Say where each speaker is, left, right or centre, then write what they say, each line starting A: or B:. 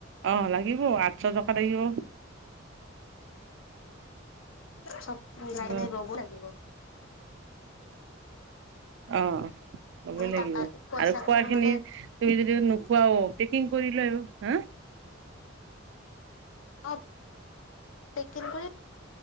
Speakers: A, on the right; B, on the left.
A: অ, লাগিব আঠশ টকা লাগিব।
B: চব মিলাই কেনে
A: অ
B: গব লাগিব।
A: অ, ল'বই লাগিব
B: টাকা পইচাটো
A: আৰু খোৱা
B: নহ'লে
A: খিনি তুমি যদি নোখোৱাও পেকিং কৰি লৈ আহিব, হা
B: অ, পেকিং কৰি